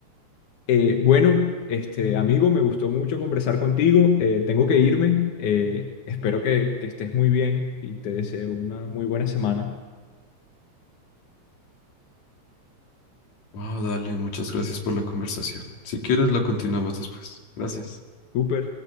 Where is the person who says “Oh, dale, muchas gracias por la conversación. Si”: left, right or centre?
Left